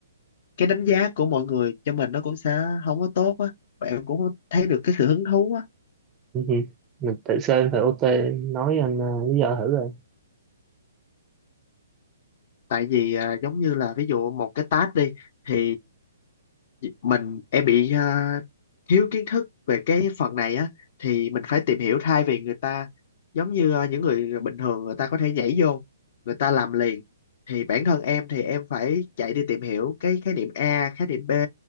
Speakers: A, on the left; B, on the right.
A: cái đánh giá của mọi người cho mình nó cũng sẽ không có tốt á và em cũng không thấy được cái sự hứng thú á
B: Ừ hử. Mình tại sao em phải OT? Nói anh ờ, lý do thử rồi.
A: tại vì à, giống như là ví dụ một cái task đi thì mình em bị à, thiếu kiến thức về cái phần này á thì mình phải tìm hiểu thay vì người ta giống như à, những người bình thường người ta có thể nhảy vô người ta làm liền thì bản thân em thì em phải chạy đi tìm hiểu cái khái niệm A khái niệm B